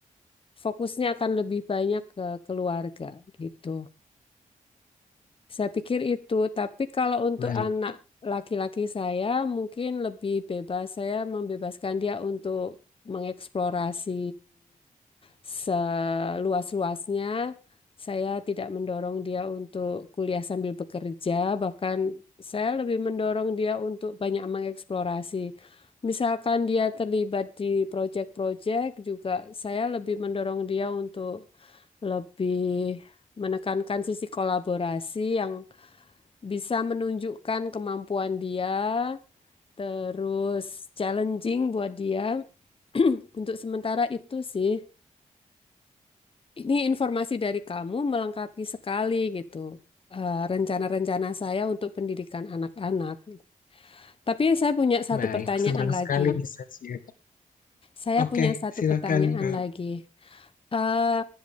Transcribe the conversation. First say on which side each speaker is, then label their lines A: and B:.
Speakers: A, on the left; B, on the left.
A: fokusnya akan lebih banyak ke keluarga gitu. Saya pikir itu, tapi kalau untuk
B: Baik,
A: anak laki-laki saya mungkin lebih bebas. Saya membebaskan dia untuk mengeksplorasi seluas-luasnya. Saya tidak mendorong dia untuk kuliah sambil bekerja, bahkan saya lebih mendorong dia untuk banyak mengeksplorasi. Misalkan dia terlibat di proyek-proyek juga, saya lebih mendorong dia untuk lebih menekankan sisi kolaborasi yang bisa menunjukkan kemampuan dia, terus challenging buat dia. <clears throat> Untuk sementara itu sih, ini informasi dari kamu melengkapi sekali gitu. eh, rencana-rencana saya untuk pendidikan anak-anak. Tapi saya punya satu
B: baik.
A: pertanyaan
B: Senang sekali
A: lagi.
B: bisa share.
A: Saya
B: Oke,
A: punya satu
B: silakan,
A: pertanyaan
B: Kak.
A: lagi. Eh,